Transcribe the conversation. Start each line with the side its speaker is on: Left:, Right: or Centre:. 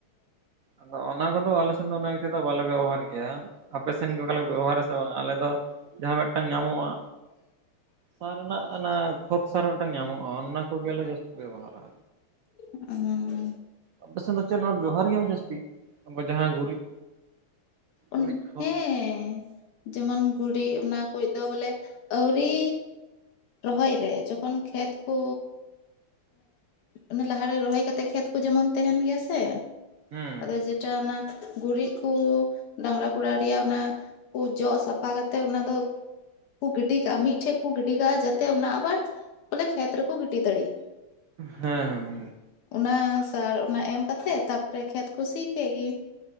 Right: ᱟᱫᱚ ᱚᱱᱟ ᱠᱚᱫᱚ ᱟᱞᱮ ᱥᱮᱱ ᱫᱚ ᱩᱱᱟᱹ ᱮᱠᱴᱟ ᱫᱚ ᱵᱟᱞᱮ ᱵᱮᱵᱚᱦᱟᱨ ᱜᱮᱭᱟ, ᱟᱯᱮ ᱥᱮᱱ ᱜᱮ ᱚᱠᱟ ᱞᱮᱠᱟ ᱠᱚ ᱵᱮᱵᱚᱦᱟᱨᱟ ᱥᱮ ᱵᱟᱝ ᱟᱞᱮ ᱫᱚ ᱡᱟᱦᱟᱸ ᱢᱤᱫᱴᱟᱝ ᱧᱟᱢᱚᱜ-ᱟ ᱥᱟᱨ ᱨᱮᱱᱟᱜ ᱚᱱᱟ ᱠᱷᱚᱛ ᱟᱨ ᱢᱤᱫᱴᱟᱝ ᱧᱟᱢᱚᱜ-ᱟ ᱚᱱᱟ ᱠᱚᱜᱮᱞᱮ ᱡᱟᱹᱥᱛᱤ ᱵᱮᱵᱚᱦᱟᱨᱟ᱾
Left: ᱚᱻ᱾
Right: ᱟᱯᱮ ᱥᱮᱱ ᱫᱚ ᱪᱮᱫ ᱱᱚᱣᱟ ᱵᱮᱵᱚᱦᱟᱨ ᱜᱮᱭᱟ ᱯᱮ ᱡᱟᱹᱥᱛᱤ, ᱡᱟᱦᱟᱸ ᱜᱩᱨᱤᱡ
Left: ᱩᱱ
Right: ᱜᱩᱨᱤᱡ ᱠᱷᱚᱛ
Left: ᱦᱮᱸ ᱡᱮᱢᱚᱱ ᱜᱩᱲᱤᱡ ᱚᱱᱟ ᱠᱩᱭᱜ ᱫᱚ ᱵᱚᱞᱮ ᱟᱹᱣᱨᱤ ᱨᱚᱦᱚᱭ ᱨᱮ ᱡᱚᱠᱷᱚᱱ ᱠᱷᱮᱛ ᱠᱚ ᱚᱱᱟ ᱞᱟᱦᱟᱨᱮ ᱨᱚᱦᱚᱭ ᱠᱟᱛᱮᱜ ᱠᱷᱮᱛ ᱠᱚ ᱡᱮᱢᱚᱱ ᱛᱟᱦᱮᱸᱱ ᱜᱮᱭᱟ ᱥᱮ᱾
Right: ᱦᱮᱸ
Left: ᱟᱫᱚ ᱡᱮᱴᱟ ᱚᱱᱟ ᱜᱩᱨᱤᱡ ᱠᱚᱻ᱾ ᱰᱟᱝᱨᱟ ᱜᱚᱲᱟ ᱨᱮᱭᱟᱜ ᱚᱱᱟ, ᱠᱚ ᱡᱚᱜ ᱥᱟᱯᱷᱟ ᱠᱟᱛᱮᱜ ᱚᱱᱟ ᱫᱚ, ᱠᱩ ᱜᱤᱰᱤ ᱠᱟᱜ-ᱟ ᱢᱤᱫᱴᱷᱮᱱ᱾ ᱜᱤᱰᱤ ᱠᱟᱜ-ᱟ ᱡᱟᱛᱮ ᱚᱱᱟ ᱟᱵᱟᱨ, ᱵᱚᱞᱮ ᱠᱷᱮᱛ ᱨᱮᱠᱚ ᱜᱤᱰᱤ ᱫᱟᱲᱮᱜ
Right: ᱦᱮᱸ
Left: ᱚᱱᱟ ᱥᱟᱨ ᱚᱱᱟ ᱮᱢ ᱠᱟᱛᱮᱜ ᱛᱟᱯᱚᱨᱮ ᱠᱷᱮᱛ ᱠᱚ ᱥᱤ ᱠᱮᱜ ᱜᱮ᱾